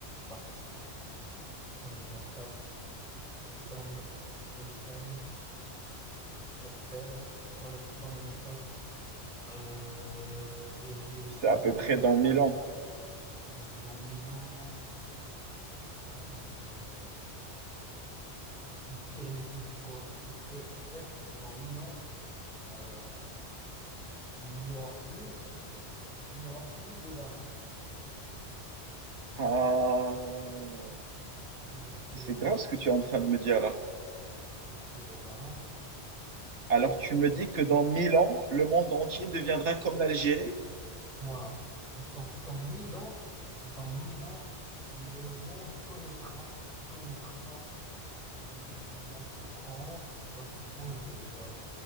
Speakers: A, in the centre; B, on the right.
A: D'accord. 2024. Nous sommes, nous sommes sur, sur Terre, 2024. Euh, et j'ai le
B: C'est
A: pire
B: à peu
A: métier.
B: près dans 1000 ans.
A: Donc, dans mille ans. Euh, ouais. Donc le pire métier, c'est quoi? C'est que en fait, dans 1000 ans, euh, il n'y aura plus, il n'y aura plus de bananes.
B: Ah,
A: Il n'y aura plus
B: c'est
A: de bananes.
B: grave ce que tu es en train de me dire là.
A: Ouais, il n'y aura plus de bananes.
B: Alors
A: Et
B: tu me dis que dans 1000 ans, le monde entier deviendra comme l'Algérie?
A: voilà. Donc dans mille ans, dans 1000 ans, le monde connaîtra, connaîtra la souffrance, la souffrance de, de-